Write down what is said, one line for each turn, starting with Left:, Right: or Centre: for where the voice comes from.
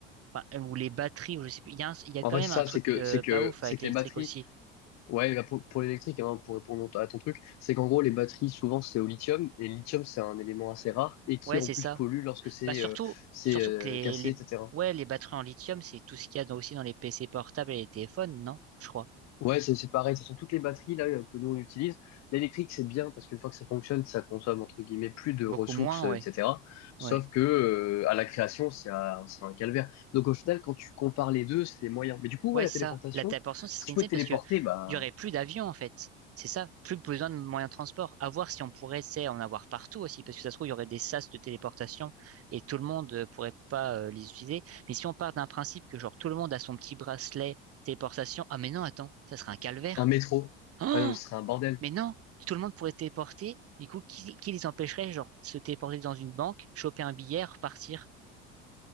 Right: enfin, ou les batteries, ou je sais plus, il y a, un- il y a
Left: En
Right: quand
Left: fait,
Right: même
Left: ça,
Right: un truc
Left: c'est que,
Right: euh,
Left: c'est que,
Right: pas ouf
Left: c'est
Right: avec
Left: que
Right: l'électrique
Left: les batteries
Right: aussi.
Left: Ouais, bah, pour, pour l'électrique, hein, pour répondre à ton truc, c'est qu'en gros, les batteries, souvent, c'est au lithium, et le lithium, c'est un élément assez rare, et qui,
Right: Ouais,
Left: en
Right: c'est
Left: plus,
Right: ça.
Left: pollue lorsque c'est
Right: Bah surtout,
Left: euh, c'est
Right: surtout
Left: euh,
Right: que les,
Left: cassé,
Right: les,
Left: etc.
Right: ouais, les batteries en lithium, c'est tout ce qu'il y a dans- aussi dans les PC portables et les téléphones, non? Je crois.
Left: Ouais, c'est c'est pareil, ce sont toutes les batteries, là, que nous, on utilise. L'électrique, c'est bien, parce qu'une fois que ça fonctionne, ça consomme, entre guillemets, plus de
Right: Beaucoup
Left: ressources,
Right: moins,
Left: euh,
Right: ouais.
Left: etc. Sauf
Right: Ouais.
Left: que, euh, à la création, c'est un, c'est un calvaire. Donc, au final, quand tu compares les deux, c'est moyen. Mais du coup,
Right: Ouais,
Left: ouais, la
Right: c'est
Left: téléportation,
Right: ça. La téléportation, ce
Left: si
Right: serait
Left: tu
Right: insane
Left: pouvais te
Right: parce
Left: téléporter,
Right: que
Left: bah,
Right: il y aurait plus d'avions, en fait. C'est ça. Plus besoin de moyens de transport. À voir si on pourrait, c'est, en avoir partout aussi, parce que ça se trouve, il y aurait des sas de téléportation et tout le monde euh, pourrait pas euh, les utiliser. Mais si on part d'un principe que genre tout le monde a son petit bracelet téléportation, ah mais non, attends, ça serait un calvaire.
Left: un métro, ah
Right: <gasps>
Left: non, mais ce serait un bordel.
Right: Mais non, tout le monde pourrait se téléporter. Du coup, qui, qui les empêcherait, genre, de se téléporter dans une banque, choper un billet, repartir?